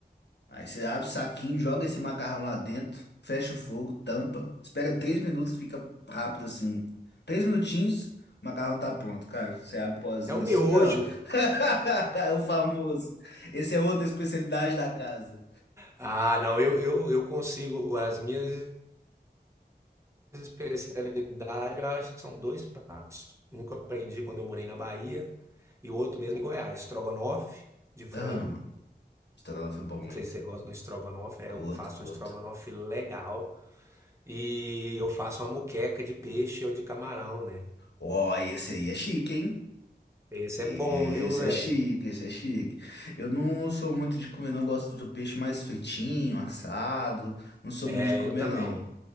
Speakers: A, on the left; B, on the right.
A: Aí você abre o saquinho, joga esse macarrão lá dentro, fecha o fogo, tampa, espera três minutos, fica rápido assim. Três minutinhos, o macarrão tá pronto, cara. Você abre o pozinho
B: é o miojo.
A: assim, ó. <laughs> O famoso. Esse é outra especialidade da casa.
B: Ah, não, eu, eu, eu consigo, as minhas especialidades, eu acho que são dois pratos. Um que eu aprendi quando eu morei na Bahia e o outro mesmo em Goiás, estrogonofe de frango.
A: Aham. Estrogonofe é bom,
B: Não sei
A: hein?
B: se você gosta do estrogonofe, é,
A: Curto,
B: eu faço
A: curto.
B: um estrogonofe legal e eu faço uma muqueca de peixe ou de camarão, né?
A: Ó, esse aí é chique, hein?
B: Esse
A: Esse
B: é bom, viu, velho?
A: é chique, esse é chique. Eu não, não sou muito de comer, não gosto do peixe mais fritinho, assado. Não sou
B: É,
A: muito de comer,
B: eu também.
A: não.